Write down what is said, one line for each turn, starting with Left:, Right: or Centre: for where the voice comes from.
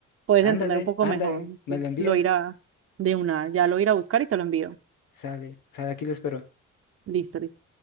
Right: puedes
Left: Ándale,
Right: entender un poco
Left: ándale,
Right: mejor, entonces
Left: me lo envías.
Right: lo irá de una, ya lo iré a buscar y te lo envío.
Left: Sale, sale, aquí lo espero.
Right: Listo, listo.